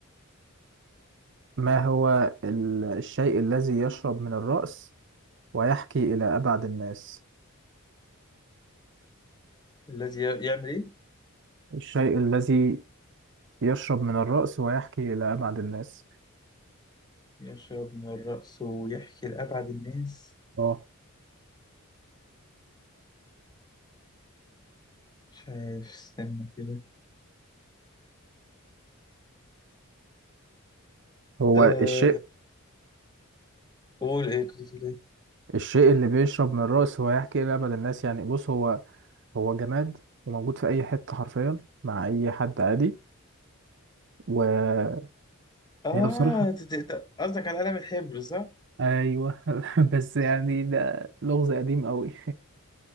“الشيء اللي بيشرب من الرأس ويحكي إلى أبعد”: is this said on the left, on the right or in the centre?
Right